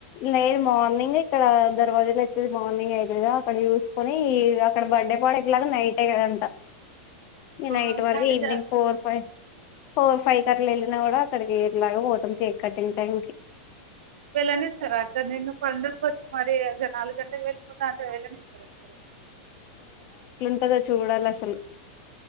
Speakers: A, on the left; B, on the right.
A: లేదు మార్నింగ్ ఇక్కడ దర్వాజలెత్తేది మార్నింగ్ అయితుదా అక్కడ చూసుకొని అక్కడ బర్డే పాడ అలాగా నైట్ దంత నైట్
B: ఆ
A: వరకు
B: కానీ
A: evening
B: the
A: four five four five కట్ల వెళ్ళినా కూడా అక్కడికి ఎట్లాగు పోతాం కేక్ కట్టింగ్ టైం కి
B: వెళ్ళనిస్తరా అక్క నిన్ను పండుగకు వచ్చి మరి ఒక నాలుగు గంట్లకి వెళ్ళిపోతా అంటే వెళ్ళనిస్తరా మరి
A: ంటదో చూడాలసలు